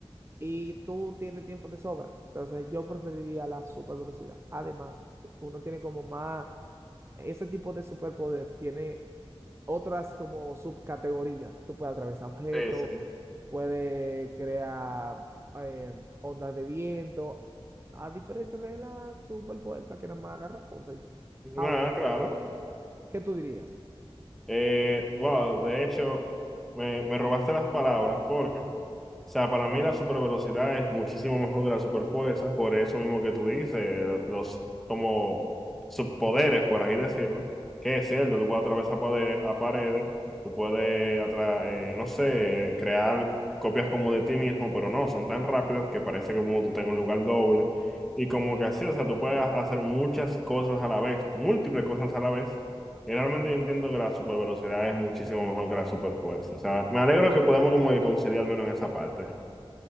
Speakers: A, on the right (about 25°); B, in the centre.
A: y tú tienes tiempo de sobra. Entonces, yo preferiría la super velocidad. Además, uno tiene como más. Ese tipo de superpoder tiene otras como subcategorías. Tú puedes atravesar objetos,
B: Sí, sí.
A: puedes crear eh, ondas de viento, a diferencia de la super fuerza que nada más agarra cosas y ya.
B: Nada,
A: Ahora,
B: claro.
A: ¿qué tú dirías?
B: Eh, wow, de hecho, me, me robaste las palabras porque sea, para mí la supervelocidad es muchísimo mejor que la superfuerza, por eso mismo que tú dices, eh, los como subpoderes, por así decirlo, que es cierto, tú puedes atravesar pade- a paredes, tú puedes, atra- eh, no sé, crear copias como de ti mismo, pero no, son tan rápidos que parece que como tú tengas un lugar doble, y como que así, o sea, tú puedes ha- hacer muchas cosas a la vez, múltiples cosas a la vez. Y realmente yo entiendo que la supervelocidad es muchísimo mejor que la superfuerza. O sea, me alegro que podemos como que conciliar al menos en esa parte.